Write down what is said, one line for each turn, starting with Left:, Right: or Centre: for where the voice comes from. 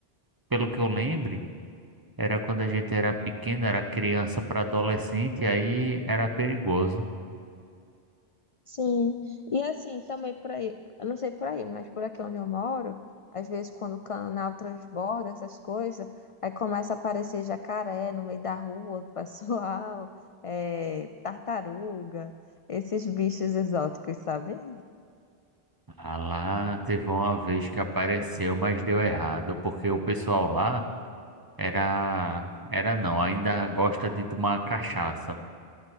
Right: pelo que eu lembre, era quando a gente era pequeno, era criança para adolescente, aí era perigoso.
Left: Sim, e assim, também por aí, eu não sei por aí, mas por aqui onde eu moro, às vezes quando o canal transborda, essas coisas, aí começa a aparecer jacaré no meio da rua, <laughs> do pessoal, é, tartaruga, esses bichos exóticos, sabe?
Right: Ah, lá teve uma vez que apareceu, mas deu errado, porque o pessoal lá era, era não, ainda gosta de tomar cachaça.